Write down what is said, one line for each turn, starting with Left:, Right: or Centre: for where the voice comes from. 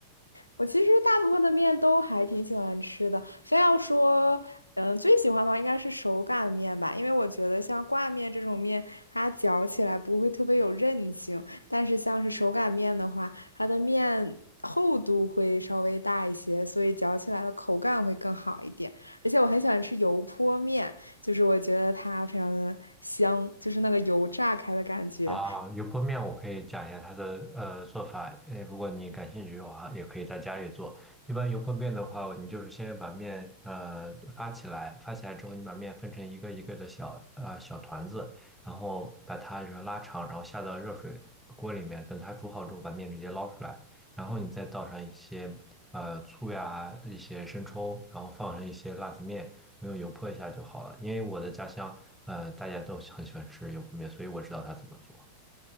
Left: 我其实大部分的面都还挺喜欢吃的，非要说，嗯，最喜欢的话应该是手擀面吧，因为我觉得像挂面这种面，它嚼起来不会特别有韧性，但是像是手擀面的话，它的面厚度会稍微大一些，所以嚼起来的口感会更好一点。而且我很喜欢吃油泼面，就是我觉得它非常的香，就是那个油炸开的感觉，
Centre: 啊，油泼面我可以讲一下它的呃做法，呃，如果你感兴趣的话，也可以在家里做。一般油泼面的话，你就是先把面呃发起来，发起来之后，你把面分成一个一个的小呃小团子，然后把它就是拉长，然后下到热水锅里面，等它煮好之后，把面直接捞出来，然后你再倒上一些呃醋呀，一些生抽，然后放上一些辣子面。用油泼一下就好了。因为我的家乡，呃，大家都很喜欢吃油泼面，所以我知道它怎么做